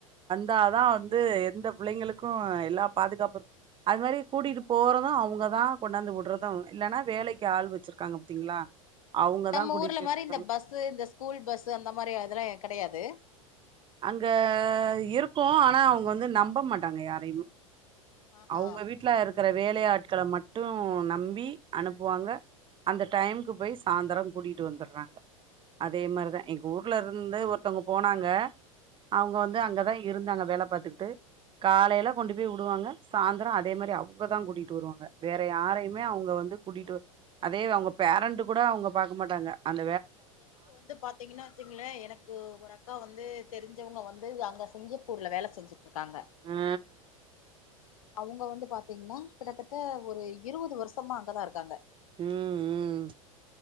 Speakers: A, on the right (about 30°); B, on the left (about 75°).
A: தா வந்து எந்த பிள்ளைங்களுக்கு எல்லா பாதுகாப்பு அது மாரி கூட்டிட்டு போறது அவ்ங்கதா கொண்டாந்து உடுறது இல்லேன்னா வேலைக்கு ஆள் வச்சிருக்காங்க பாத்தீங்களா அவங்கதா
B: நம்ம
A: கூட்டிட்டு
B: ஊர்ல
A: போய்
B: மாரி
A: வுடுவாங்க
B: இந்த பஸ்ஸு இந்த ஸ்கூல் பஸ்ஸு அந்த மாரி அதல்லா கெடையாது
A: அங்க இருக்கு ஆனா அவ்ங்க வந்து நம்ப மாட்டாங்க யாரையுமே
B: ஆஹா
A: அவுங்க வீட்டுலருக் கற வேலையாட்கள மட்டு நம்பி அனுப்புவாங்க அந்த டைமுக்குப் போய் சாயந்திர கூட்டிகிட்டு வந்தற்றாங்க அதே மாரிதா எங்க ஊர்ல இருந்து ஒருத்தங்க போனாங்க அவ்ங்க வந்து
B: ம்
A: அங்கதா இருந்தாங்க வேலப் பாத்துட்டு காலைல
B: ம்
A: கொண்டு போய் உடுவாங்க சாய்ந்தரொ அதே மாரி அவ்ங்கதா கூட்டிட்டு வருவாங்க வேற யாரையுமே அவ்ங்க வந்து கூட்டிட்டு அதே அவ்ங்க பேரண்ட் கூட அவ்ங்க பாக்க மாட்டாங்க அந்
B: எனக்கு வந்து பாத்தீங்கன்னா வெச்சுங்களே எனக்கு ஒரு அக்கா வந்து தெரிஞ்சவங்க வந்து அங்க சிங்கிப்பூர்ல வேல செஞ்சுட் ருக்காங்க
A: ஆ
B: அவ்ங்க வந்து பாத்தீங்னா கிட்டத்தட்ட ஒரு இருவது வர்ஷமா அங்கதா இருக்காங்க
A: உம் உம்